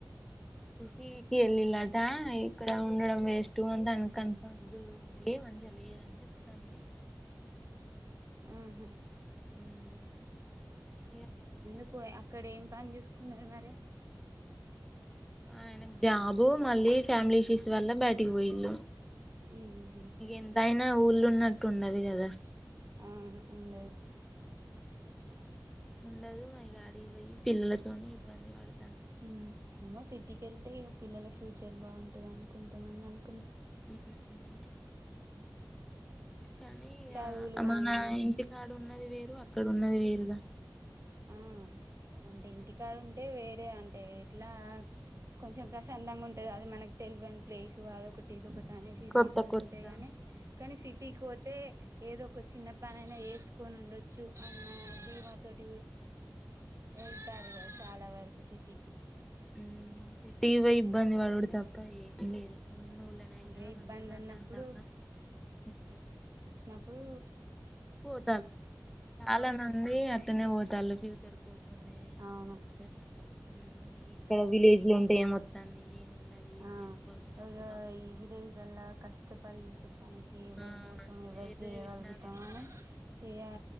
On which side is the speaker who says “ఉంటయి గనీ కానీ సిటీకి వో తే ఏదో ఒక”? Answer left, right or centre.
Right